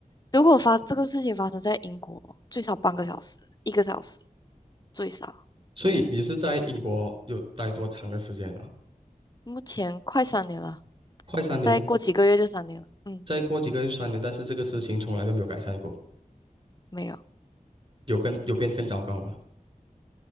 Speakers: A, on the left; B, on the right.
A: 如果发这个事情发生在英国，最少半个小时，一个小时最少。
B: 所以你是在英国有待多长的时间了？
A: 目前快三年了，
B: 快三年，
A: 再过几个月就三年了。嗯，
B: 再过几个月三年，但是这个事情从来都没有改善过，
A: 没有
B: 有跟有变更糟糕吗？